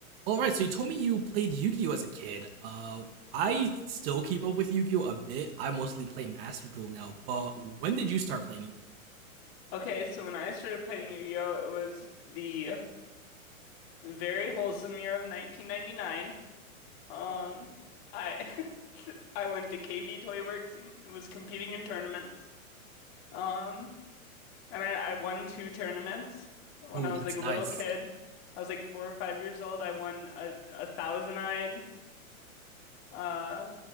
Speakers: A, on the right; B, on the left.
A: All right, so you told me you played Yu-Gi-Oh as a kid. Uh, I still keep up with Yu-Gi-Oh a bit. I mostly play Master Duel now, but when did you start playing Yu-Gi-Oh?
B: Okay, so when I started playing Yu-Gi-Oh, it was the very wholesome year of 1999. Um, I <laughs> I went to KB Toy Works and was competing in tournaments. Um, and I, I won two tournaments when
A: Oh,
B: I
A: that's
B: was like a
A: nice.
B: little kid. I was like four or five years old. I won a a thousand-eyed, uh,